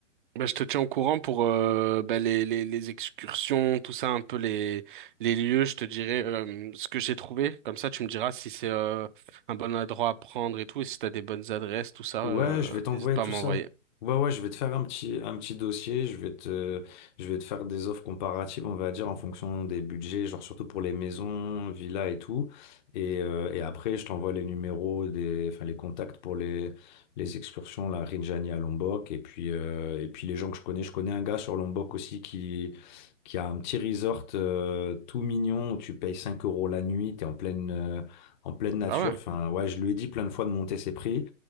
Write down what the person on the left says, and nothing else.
Ouais,
je vais t'envoyer
tout
ça. Ouais, ouais, je vais te faire un petit, un petit dossier, je vais te, je vais te faire des offres comparatives, on va dire, en fonction des budgets, genre surtout pour les maisons, villas et tout. Et, euh, et après, je t'envoie les numéros, des, enfin, les contacts pour les, les excursions, la Rinjani à Lombok. Et puis, euh, et puis les gens que je connais, je connais un gars sur Lombok aussi qui, qui a un petit resort euh, tout mignon où tu payes 5 euros la nuit, t'es en pleine, euh, en pleine nature.
Enfin, ouais, je lui ai dit plein de fois de monter ses prix.